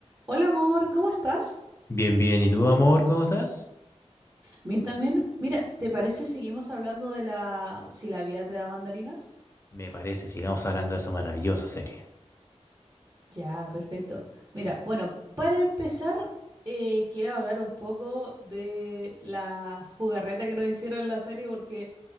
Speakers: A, on the right; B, on the left.
A: Hola amor, ¿cómo estás?
B: Bien, bien. ¿Y tú, amor, cómo estás?
A: Bien también. Mira, ¿te parece seguimos hablando de la si la vida te da mandarinas?
B: Me parece, sigamos hablando de esa maravillosa serie.
A: Ya, perfecto. Mira, bueno, para empezar, eh, quiero hablar un poco de la jugarreta que nos hicieron en la serie porque